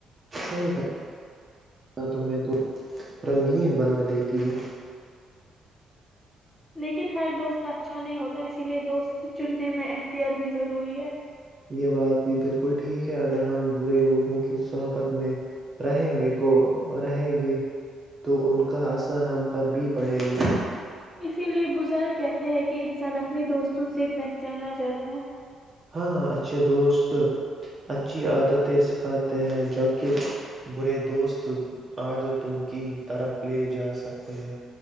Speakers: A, on the right; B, in the centre.
A: صحی کا تمہیں تو رنگین بنا دیتی ہے
B: لیکن ہر دوست اچھا نہیں ہوتا اسی لیے دوست چننے میں احتیاط بھی ضروری ہے
A: یہ بات بھی بالکل ٹھیک ہے اگر ہم برے لوگوں کی صحبت میں رہیں گے کو رہیں گے تو ان کا اثر ہم پر بھی پڑے گا
B: اسی لیے بزرگ کہتے ہیں کہ انسان اپنے دوستوں سے جانا جاتا ہے
A: ہاں اچھے دوست اچھی عادتیں سکھاتے ہیں جوک برے دوست عادتوں کی طرف لے جا سکتے ہیں